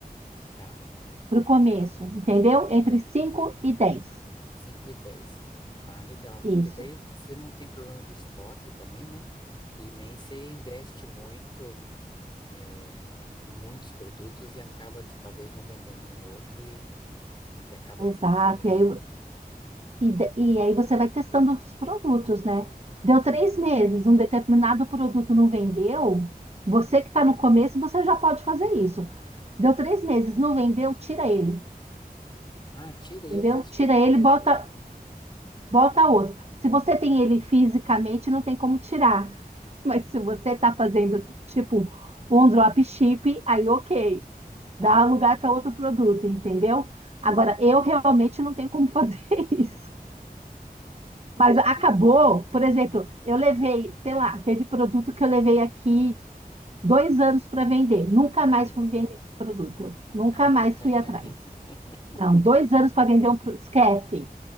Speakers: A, on the left; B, on the right.
A: Tá.
B: para o começo, entendeu? Entre 5 e dez,
A: cinco e dez Ah, legal.
B: Isso.
A: Porque daí você não tem problema de estoque também, né? E nem você investe muito é, em muitos produtos e acaba que talvez não vendendo um ou outro e, e acaba
B: É,
A: ficando
B: exato.
A: lá,
B: E aí,
A: né?
B: e da- e aí você vai testando os produtos, né? Deu
A: Aham.
B: três meses, um determinado produto não vendeu. Você que está no começo, você já pode fazer isso. Deu três meses, não vendeu, tira ele,
A: Ah, tira e
B: entendeu?
A: eu faço
B: Tira
A: o que com o
B: ele,
A: produto
B: bota
A: daí?
B: Bota outro. Se você tem ele fisicamente, não tem como tirar. Mas se você tá fazendo tipo um drop ship, aí ok, dá
A: Ah,
B: lugar
A: tá.
B: para outro produto, entendeu? Agora, eu realmente não tenho como fazer <laughs> isso. Mas
A: Tem
B: acabou,
A: que.
B: por exemplo, eu levei, sei lá, teve produto que eu levei aqui dois anos para vender. Nunca mais
A: Ai, meu
B: fui
A: Deus.
B: vender aquele produto. Nunca
A: <laughs>
B: mais fui atrás. Não, dois anos para vender um produto. Esquece.